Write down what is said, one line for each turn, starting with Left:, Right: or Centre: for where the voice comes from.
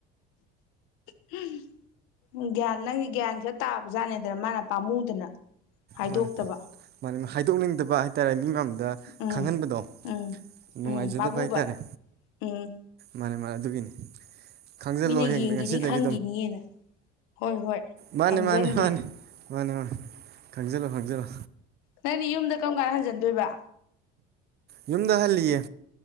Left: ꯎꯝ ꯒ꯭ꯌꯥꯟ ꯅꯪꯒꯤ ꯒ꯭ꯌꯥꯟ ꯈꯔ ꯇꯥꯕ ꯖꯥꯠꯅꯦ ꯑꯗ ꯃꯥꯅ ꯄꯥꯝꯃꯨꯗꯅ ꯍꯥꯏꯗꯣꯛꯇꯕ
Right: ꯃꯥꯅꯦ ꯃꯥꯅꯦ ꯍꯥꯏꯗꯣꯛꯅꯤꯡꯗꯕ ꯍꯥꯏꯇꯥꯔꯦ ꯃꯤ ꯃꯥꯡꯗ
Left: ꯎꯝ
Right: ꯈꯪꯍꯟꯕꯗꯣ
Left: ꯎꯝ
Right: ꯅꯨꯡꯉꯥꯏꯖꯗꯕ
Left: ꯎꯝ ꯄꯥꯃꯨꯕ
Right: ꯍꯥꯏꯇꯥꯔꯦ
Left: ꯎꯝ
Right: ꯃꯥꯅꯦ ꯃꯥꯅꯦ ꯑꯗꯨꯒꯤꯅꯤ ꯈꯪꯖꯜꯂꯣ
Left: ꯃꯤꯅ
Right: ꯍꯌꯦꯡ
Left: ꯌꯦꯡꯒꯤꯅꯤ
Right: ꯉꯁꯤꯗꯒꯤ
Left: ꯈꯪꯒꯤꯅꯤꯅ ꯍꯣꯏ ꯍꯣꯏ
Right: ꯃꯥꯅꯤ
Left: ꯈꯪꯖꯟꯒꯦ
Right: ꯃꯥꯅꯤ ꯃꯥꯅꯤ ꯃꯥꯅꯤ ꯃꯥꯅꯤ ꯈꯪꯖꯂꯣ ꯈꯪꯖꯂꯣ
Left: ꯅꯪꯅꯤ ꯌꯨꯝꯗ ꯀꯔꯝ ꯀꯥꯟꯗ ꯍꯟꯖꯤꯟꯗꯣꯏꯕ
Right: ꯌꯨꯝꯗꯍꯜ ꯂꯤꯌꯦ